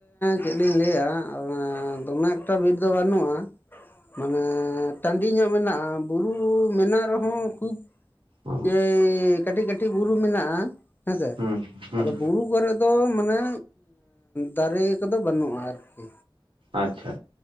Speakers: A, on the left; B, on the right.
A: ᱪᱮᱫ ᱞᱤᱧ ᱞᱟᱹᱭᱟ ᱫᱚᱢᱮ ᱮᱠᱴᱟ ᱵᱤᱨ ᱫᱚ ᱵᱟᱹᱱᱩᱜᱼᱟ᱾ ᱢᱟᱱᱮ ᱴᱟᱺᱰᱤ ᱧᱚᱜ ᱢᱮᱱᱟᱜᱼᱟ ᱵᱩᱨᱩ ᱢᱮᱱᱟᱜ ᱨᱮᱦᱚᱸ ᱠᱷᱩᱵ᱾
B: ᱚ
A: ᱮᱭ ᱠᱟᱹᱴᱤᱡ-ᱠᱟᱹᱴᱤᱡ ᱵᱩᱨᱩ ᱢᱮᱱᱟᱜᱼᱟ᱾ ᱦᱮᱸᱥᱮ
B: ᱦᱩᱸ ᱦᱩᱸ
A: ᱟᱫᱚ ᱵᱩᱨᱩ ᱠᱚᱨᱮ ᱫᱚ ᱢᱟᱱᱮ ᱫᱟᱨᱮ ᱠᱚᱫᱚ ᱵᱟᱹᱱᱩᱜᱼᱟ ᱟᱨᱠᱤ᱾
B: ᱟᱪᱪᱷᱟ